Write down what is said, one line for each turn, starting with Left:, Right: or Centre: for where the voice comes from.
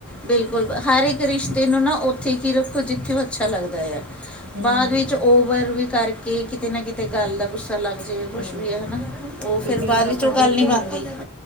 Centre: ਬਿਲਕੁਲ ਹਰ ਇੱਕ ਰਿਸ਼ਤੇ ਨੂੰ ਨਾ ਉੱਥੇ ਕੀ ਰੱਖੋ ਜਿੱਥੇ ਅੱਛਾ ਲੱਗਦਾ ਆ।
Right: ਹੂੰ
Centre: ਬਾਅਦ ਵਿੱਚ ਓਵਰ ਵੀ ਕਰਕੇ ਕਿਤੇ ਨਾ ਕਿਤੇ ਗੱਲ ਦਾ ਕੁ ਪਤਾ ਲੱਗ ਜਾਵੇ ਕੁਛ
Right: ਹੂੰ
Centre: ਵੀ ਆ ਹਨਾ, ਉਹ
Right: ਕਿਉਂਕਿ
Centre: ਫੇਿਰ ਬਾਅਦ
Right: ਅਗਰ
Centre: ਵਿੱਚ
Right: ਆਪਾਂ
Centre: ਉਹ ਗੱਲ
Right: ਡੇਲੀ
Centre: ਨੀ ਬਣਦੀ।